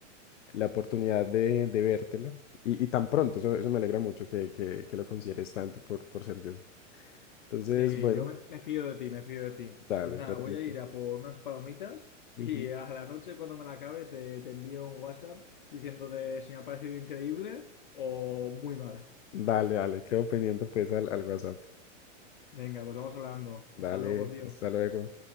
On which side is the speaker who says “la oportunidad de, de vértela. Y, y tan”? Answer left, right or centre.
Left